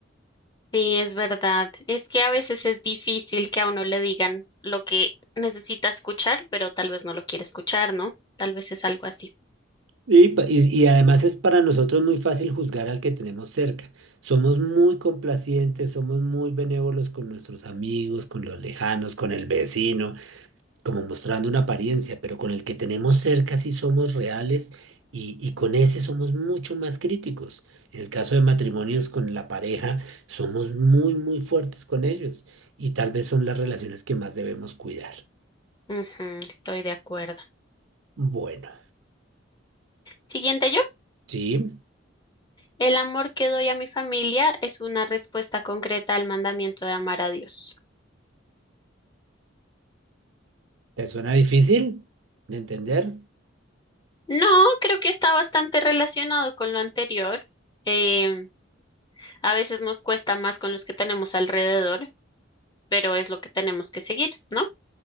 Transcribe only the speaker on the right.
Y, pa- y- y además es para nosotros muy fácil juzgar al que tenemos cerca. Somos muy complacientes, somos muy benévolos con nuestros amigos, con los lejanos, con el vecino, como mostrando una apariencia, pero con el que tenemos cerca sí somos reales y, y con ese somos mucho más críticos. En el caso de matrimonios con la pareja, somos muy, muy fuertes con ellos y tal vez son las relaciones que más debemos cuidar.
Bueno,
¿sí?
¿Te suena difícil de entender?